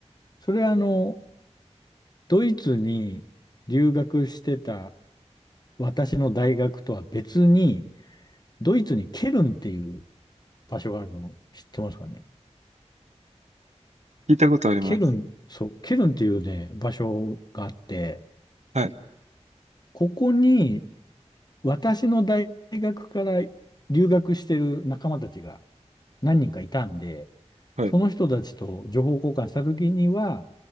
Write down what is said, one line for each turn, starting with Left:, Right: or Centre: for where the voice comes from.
Left: それあの、ドイツに留学してた私の大学とは別に、ドイツにケルンっていう場所があるの知ってますかね
Right: 聞いたことあります。
Left: ケルン、そう、ケルンっていうね、場所があって、
Right: はい。
Left: ここに私の大学から留学してる仲間たちが何人かいたんで、
Right: はい。
Left: その人たちと情報交換した時には、